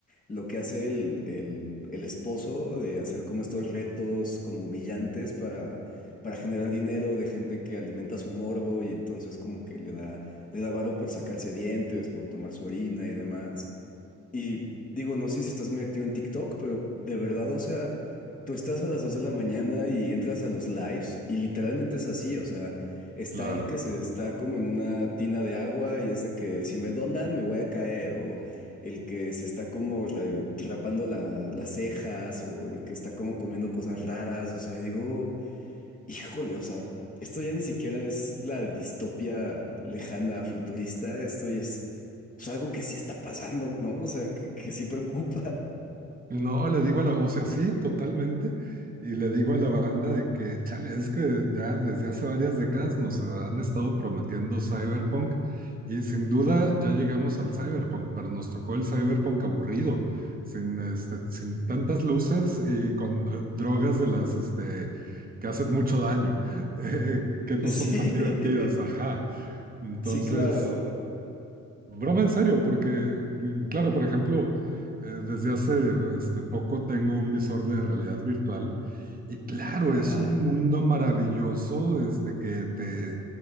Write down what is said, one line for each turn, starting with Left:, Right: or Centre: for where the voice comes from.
Left: Lo que hace el, el, el esposo de hacer como estos retos como humillantes para, para generar dinero de gente que alimenta su morbo y entonces como que le da, le da varo por sacarse dientes, por tomar su orina y demás. Y digo, no sé si estás muy activo en TikTok, pero de verdad, o sea, tú estás a las 2 de la mañana y entras a los lives y literalmente es así, o sea, está
Right: Claro.
Left: el que se está como en una tina de agua y es de que si me donan me voy a caer, o el que se está como re- rapando la- las cejas, o el que está como comiendo cosas raras, o sea, y digo... Híjole, o sea, esto ya ni siquiera es la distopia lejana futurista, esto ya es pues, algo que sí está pasando, ¿no? O sea, que, que sí preocupa. <laughs>
Right: No, le digo a la, o sea, sí, totalmente. Y le digo a la banda de que, chale, es que ya desde hace varias décadas nos han estado prometiendo cyberpunk y sin duda ya llegamos al cyberpunk, pero nos tocó el cyberpunk aburrido, sin, este, sin tantas luces y con eh, drogas de las este, que hacen mucho daño, <laughs> eh, que no
Left: Sí,
Right: son tan divertidas, ajá. Entonces,
Left: sí, claro.
Right: Broma en serio, porque, mm, claro, por ejemplo, eh, desde hace este, poco tengo un visor de realidad virtual y claro,
Left: Ajá.
Right: es un mundo maravilloso este, que te